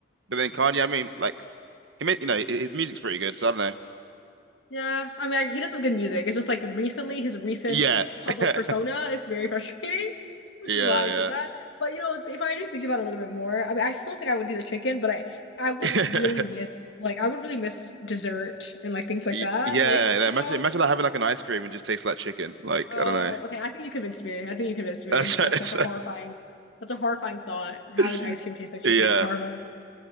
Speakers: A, on the right; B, on the left.
A: but then Kanye. I mean, like, he made, you know, his music's pretty good. So I don't know.
B: Yeah, I mean, like, he does some good music. It's just like recently, his recent
A: Yeah,
B: public
A: <laughs> yeah,
B: persona is very frustrating, <laughs> which
A: yeah,
B: is why I said that. But you know, if I do think about it a little bit more, I mean, I still think I would do the chicken, but I I would
A: <laughs>
B: really miss like I would really miss dessert and like things like
A: Y-
B: that.
A: yeah.
B: Like,
A: like,
B: you
A: Imagine,
B: know.
A: imagine like having like an ice cream and just tastes like chicken. Like,
B: Oh
A: I don't know.
B: my, okay. I think you convinced me. I think you convinced me.
A: That's
B: That's
A: right. that's
B: that's a horrifying, that's a horrifying thought. Having
A: right.
B: ice cream taste like chicken
A: Yeah.
B: is horrifying.